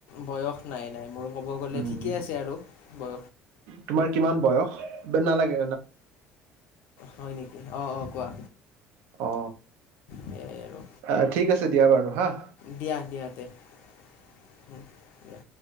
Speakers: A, on the left; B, on the right.
A: বয়স নাই ন মো
B: উম তোমাৰ কিমান বয়স নালাগে
A: হয় নেকি অঁ অঁ কোৱা
B: অ,
A: সেয়াই আৰু
B: আহ ঠিক আছে দিয়া বাৰু হা।
A: দিয়া, দিয়া, দিয়া।